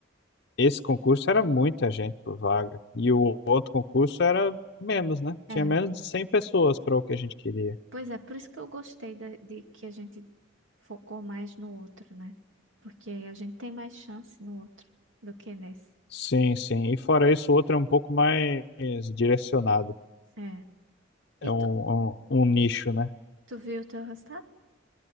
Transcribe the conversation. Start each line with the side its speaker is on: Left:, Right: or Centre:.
Left: esse concurso era muita gente por vaga. E o outro concurso era menos, né? Tinha
Right: É,
Left: menos de 100 pessoas para o que a gente queria.
Right: pois é, por isso que eu gostei da- de, que a gente focou mais no outro, né? Porque a gente tem mais chance no outro do que nesse.
Left: Sim, sim. E fora isso, o outro é um pouco mais direcionado.
Right: É. E
Left: É um,
Right: tu,
Left: é um, um nicho, né?
Right: tu viu o teu resultado?